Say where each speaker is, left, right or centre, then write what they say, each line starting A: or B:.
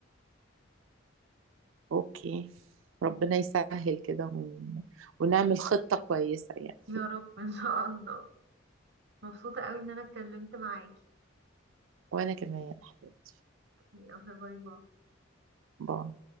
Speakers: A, on the right; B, on the right.
A: اوكي ربنا
B: أوكي
A: يسهل كده ون... ونعمل خطة كويسة يعني.
B: يا رب إن شاء الله مبسوطة قوي إن أنا اتكلمت معاكي
A: وأنا كمان يا حبيبتي
B: يلا باي باي
A: باي